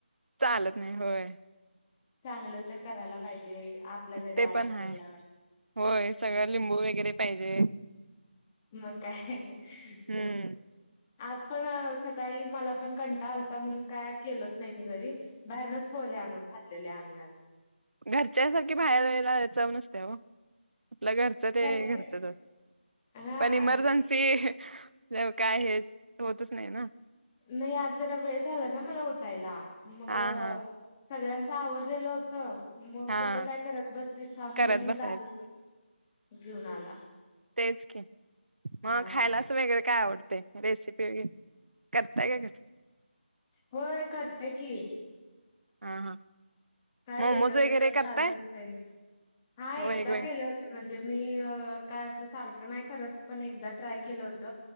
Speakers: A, on the right (about 80°); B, on the left (about 20°).
A: चालत नाही होय.
B: चांगलं तर करायला पाहिजे आपल्या घरी
A: ते
B: आलंत
A: पण हाय
B: म्हटल्यावर
A: होय सगळं लिंबू वगैरे पाहिजे
B: मग काय
A: हम्म
B: तेच आज पण सकाळी मला पण कंटाळा आलता म्हणून काय केलोच नाही मी घरी बाहेरनच पोहे आणून खाल्लेले आम्ही आज.
A: घरच्या सारखी बाहेर हेला चव नसत्या ओ आपलं घरचं ते
B: काय?
A: घरचच असत
B: हा
A: पण इमर्जन्सी काय हेच होतच नाही ना
B: नाही आज जरा वेळ झाला ना मला उठायला मग
A: हा हा
B: सगळ्यांच आवरडलेलं होत मग
A: हा
B: कुठं काय करत बसतीस थांब
A: करत
B: म्हणून
A: बसायच
B: म दादा घेऊन आला.
A: तेच की मग
B: हा
A: खायला असं वेगळ काय आवड तय रेसिपी वगैरे करताय काय घरी?
B: होय करते की
A: हा, हा
B: काय
A: मोमोज
B: वेगळं
A: वगैरे
B: वेगळं
A: करताय
B: चालू असतय हा
A: वेगवेगळे
B: एकदा गेले होते म्हणजे मी काय असं सारख नाही करत पण एकदा ट्राय केलं होत